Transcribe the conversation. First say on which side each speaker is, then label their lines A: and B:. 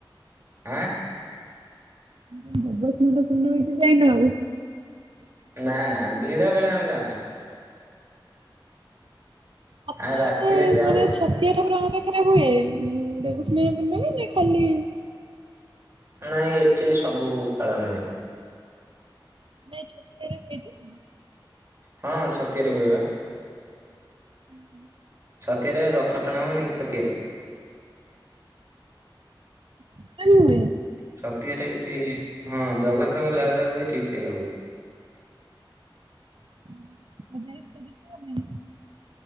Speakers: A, on the right; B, on the right.
A: ଆଁ
B: ମୁଁ କହିଲି ଦେବସ୍ନାନ ପୂର୍ଣ୍ଣମୀରେ ଯାଇନା ଆଉ?।
A: ନା ନା ଭିଡ଼ ବେଳେ ଆମେ ଯାଉନା।
B: ହତାରେ
A: ଆମେ ରାତିରେ ଯାଉ।
B: ମାନେ ଛ ତୀୟ ଠାକୁର ଆମ ପାଖରେ ହୁଏ ଦେବସ୍ନାନ ପୂର୍ଣ୍ଣମୀ ନା ଖାଲି।
A: ନାଇଁ ଏଠି ସବୁ ପାଳନ ହୁଏ।
B: ନାଇଁ ଛୁଟି ରହୁନୀକି
A: ହଁ ଛତିଆରେବି ହୁଏ ବା।
B: <inaudible>
A: ଛତିଆରେ ରଥ ଟଣା ହୁଏନିକି ଛତିଆରେ।
B: ସେଟା ନୁହେଁ।
A: ଛତିଆରେ ଏଠି ହଁ ଜଗନ୍ନାଥଙ୍କର ଯାହା ଯାହା ହୁଏ ଏଠି ବି ସେଇୟା ହୁଏ।
B: <unintelligible> ତ ଯାଇପାରିବୁ ଆମେ।